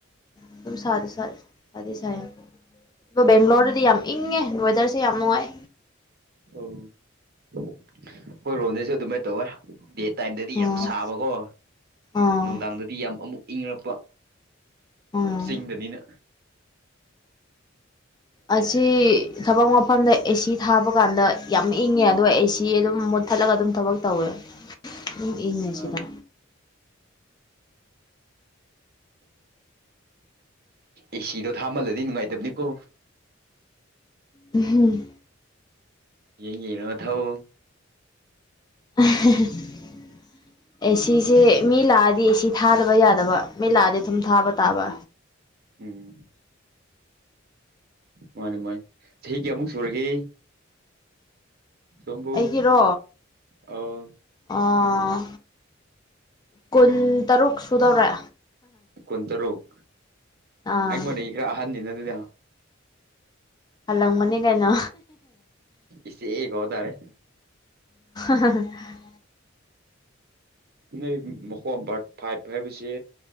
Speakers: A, on the left; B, on the right.
A: ꯑꯗꯨꯝ ꯁꯥꯗꯤ ꯁꯥꯏ ꯁꯥꯗꯤ ꯁꯥꯢꯌꯦ ꯕꯦꯡꯒ꯭ꯂꯣꯔꯗꯗꯤ ꯌꯥꯝ ꯏꯪꯉꯦ ꯋꯦꯗꯔꯁꯦ ꯌꯥꯝ ꯅꯨꯡꯉꯥꯏ
B: ꯑꯣ ꯑꯩꯈꯣꯏ ꯔꯣꯝꯗꯩꯁꯨ ꯑꯗꯨꯃꯥꯏꯅ ꯇꯧꯋꯦ ꯗꯦꯠ ꯇꯥꯏꯝꯗꯗꯤ
A: ꯑꯣ
B: ꯌꯥꯝ ꯁꯥꯕꯀꯣ
A: ꯑꯣ
B: ꯅꯨꯡꯗꯥꯡꯗꯗꯤ ꯌꯥꯝ ꯑꯃꯨꯛ ꯏꯪꯔꯛꯄ
A: ꯑꯣ
B: ꯆꯤꯡꯗꯅꯤꯅ
A: ꯑꯁꯤ ꯊꯕꯛ ꯃꯐꯝꯗ ꯑꯦꯁꯤ ꯊꯥꯕ ꯀꯥꯟꯗ ꯌꯥꯝ ꯏꯪꯉꯦ ꯑꯗꯨꯒ ꯑꯦꯁꯤ ꯑꯗꯨꯝ ꯊꯠꯂꯒ ꯑꯗꯨꯝ ꯊꯕꯛ ꯇꯧꯋꯦ ꯑꯗꯨꯝ ꯏꯪꯉꯦ
B: ꯑꯥ
A: ꯁꯤꯗ
B: ꯑꯦꯁꯤꯗꯣ ꯊꯥꯃꯜꯂꯗꯤ ꯅꯨꯡꯉꯥꯏꯇꯕꯅꯤꯀꯣ
A: ꯎꯝ
B: ꯌꯦꯡ ꯉꯥꯑꯒ ꯊꯥꯎ
A: <unintelligible> ꯑꯦꯁꯤꯁꯦ ꯃꯤ ꯂꯥꯛꯑꯗꯤ ꯑꯦꯁꯤ ꯊꯥꯗꯕ ꯌꯥꯗꯕ ꯃꯤ ꯂꯥꯛꯑꯗꯤ ꯑꯗꯨꯝ ꯊꯥꯕ ꯇꯥꯕ
B: ꯎꯝ ꯃꯥꯅꯦ ꯃꯥꯅꯦ ꯆꯍꯤ ꯀꯌꯥꯃꯨꯛ ꯁꯨꯔꯒꯦ ꯁꯣꯝꯕꯨ
A: ꯑꯩꯒꯤꯔꯣ
B: ꯑꯧ
A: ꯑꯣ ꯀꯨꯟ ꯇꯔꯨꯛ ꯁꯨꯗꯧꯔꯦ
B: ꯀꯨꯟꯇꯔꯨꯛ
A: ꯑꯥ
B: ꯑꯩꯉꯣꯟꯗ ꯈꯔ ꯑꯍꯟꯅꯤꯅ ꯑꯗꯨꯗ
A: ꯍꯜꯂꯪꯕꯅꯤ ꯀꯩꯅꯣ
B: ꯏꯁꯦ ꯀꯧ ꯇꯥꯔꯦ
A: <unintelligible>
B: ꯅꯩ ꯃꯈꯣꯟ ꯄꯥꯔꯠ ꯐꯥꯏꯚ ꯍꯥꯏꯕꯕꯁꯤ